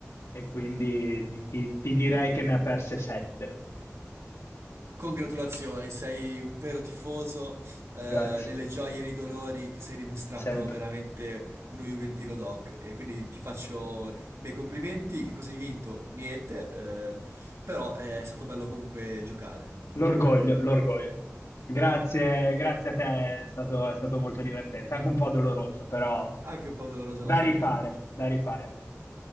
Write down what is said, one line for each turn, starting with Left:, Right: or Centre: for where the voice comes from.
Left: e quindi di- ti, ti direi che ne ha perse sette.
Right: Congratulazioni, sei un vero tifoso, eh,
Left: Grazie,
Right: nelle gioie e nei dolori ti sei dimostrato
Left: sempre.
Right: veramente uno Juventino doc e quindi ti faccio i miei complimenti, che cosa hai vinto? Niente, eh, però è stato bello comunque giocare,
Left: L'orgoglio, l'orgoglio. Grazie, grazie a te, è stato, è stato molto divertente, anche un po' doloroso, però
Right: anche un po' doloroso
Left: da
Right: alla fine.
Left: rifare, da rifare.